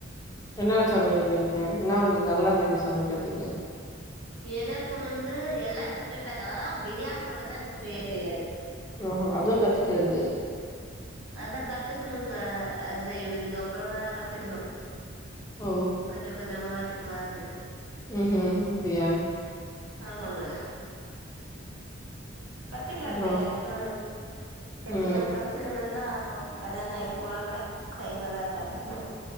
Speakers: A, on the left; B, on the right.
A: என்ன சமைப்பீங்க என்ன ஒங்களுக்கு நல்லா தெரியு சமக்கறதுக்கு
B: எனக்கு வந்து எல்லா சமைப்பேன்னா பிரியாணி மட்டுதான் எனக்கு செய்ய தெரியாது
A: ஓஹோ அதுவு கத்துகறது
B: அதான் கத்துக்கணுங்க அத இதுக்கப்பறமாதா கத்துக்கணு
A: ஓ!
B: கொஞ்ச கொஞ்சமா கத் பாத்துக்கலானு
A: ம் ம் அப்பியா
B: ஆமாங்க கத்துக்கலாங்க
A: அப்புறம்?
B: என்ன எப்டியு
A: ம்.
B: கத்துக்கனுன் ஆ ஆமாம் கல்யாண ஆயி போனா கட கை நல்லா கத்துக்கணு